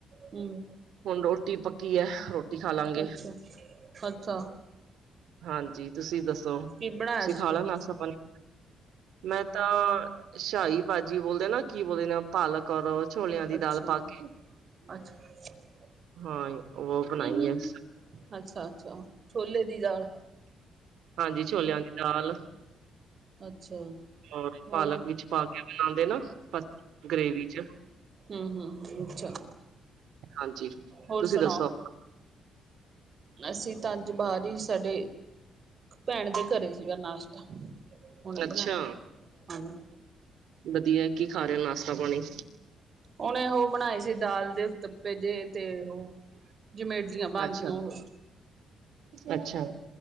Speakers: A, on the right; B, on the right.
A: ਹੁਣ
B: ਹੁਣ ਰੋਟੀ ਪੱਕੀ ਆ, ਰੋਟੀ ਖਾਲਾਂਗ।
A: ਅੱਛਾ ਅੱਛਾ
B: ਹਾਂਜੀ ਤੁਸੀਂ ਦੱਸੋ, ਤੁਸੀਂ
A: ਕੀ ਬਣਾਇਆ ਸੀ
B: ਖਾਲਾ
A: ਫਿਰ
B: ਨਾਸ਼ਤਾ
A: ਤੁਸੀਂ?
B: ਪਾਣੀ ਮੈਂ ਤਾਂ, ਸ਼ਾਹੀ ਭਾਜੀ ਬੋਲਦੇ ਨਾ ਕੀ ਬੋਲਦੇ ਨੇ ਪਾਲਕ ਔਰ, ਓ ਛੋਲਿਆਂ ਦੀ
A: ਅੱਛਾ
B: ਦਾਲ ਪਾ
A: ਹਮ
B: ਕੇ
A: ਅੱਛਾ।
B: ਹਾਂ ਉਹ
A: ਹਮ
B: ਬਣਾਈ ਐ ਅਸ
A: ਅੱਛਾ ਛੋਲੇ ਦੀ ਦਾਲ
B: ਹਾਂਜੀ ਛੋਲਿਆਂ ਦੀ ਦਾਲ
A: ਅੱਛਾ।
B: <unintelligible>
A: ਹੋਰ
B: ਪਾਲਕ ਵਿੱਚ ਪਾ ਕੇ ਬਣਾਉਦੇ ਨਾ, ਗ੍ਰੇਵੀ ਚ
A: ਹਮ ਅੱਛਾ,
B: ਹਾਂਜੀ
A: ਹੋਰ
B: ਤੁਸੀਂ
A: ਸੁਣਾਓ
B: ਦੱਸੋ
A: ਅਸੀਂ ਤਾਂ ਅੱਜ ਬਾਹਰ ਹੀ ਸਾਡੇ ਭੈਣ ਦੇ ਘਰੇ ਸੀਗਾ ਨਾਸ਼ਤਾ। ਹੁਣੇ
B: ਅੱਛਾ,
A: ਬਣਾਇਆ ਹਾਂਜੀ
B: ਵਧੀਆ ਕੀ ਖਾ ਰਹਿਓ ਨਾਸ਼ਤਾ ਪਾਣੀ
A: ਉਹਨੇ ਉਹ ਬਣਾਏ ਸੀ ਦਾਲ ਦੇ ਉੱਤਪ ਭੇਜੇ ਤੇ ਓਹ ਜਿਵੇਂ ਇਡਲੀਆ ਬਣਦੀਆਂ
B: ਅੱਛਾ
A: ਉਹ
B: ਅੱਛਾ।